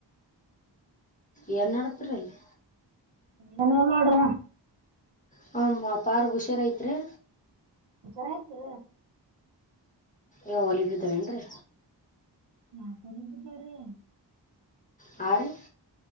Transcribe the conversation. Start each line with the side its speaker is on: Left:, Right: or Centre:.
Left: ಏನು ನಡತ್ರಿ ಅಲ್ಲಿ
Right: ಎಲ್ಲ ಮಾಡಡ <inaudible>
Left: ಹಂ ಅಪಾರ್ಗ್ ಹುಷಾರ್ ಐತ್ ರಿ
Right: ಸರಯ್ತು
Left: ಏ ಒಲಿಬಿದ್ದಾವನು ರೀ
Right: ನಾಕ್ ಒಲಿಬಿದ್ದಾವ್ ರಿ
Left: ಹಾ ರಿ